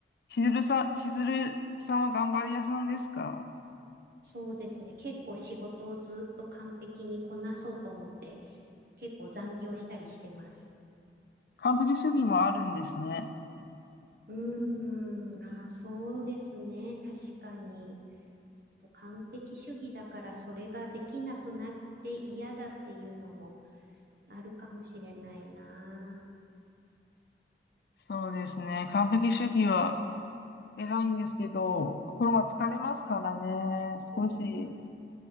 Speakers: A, on the left (about 60°); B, on the right (about 55°).
A: しずるさん、しずるさんは頑張り屋さんですか
B: そうですね。結構仕事をずっと完璧にこなそうと思って、結構残業したりしてます。
A: 完璧主義もあるんですね。
B: うーん、あー、そうですね。確かに。ちょっと完璧主義だからそれができなくなって嫌だっていうのもあるかもしれないな。
A: そうですね。完璧主義は偉いんですけど、心が疲れますからね。
B: うん、
A: 少し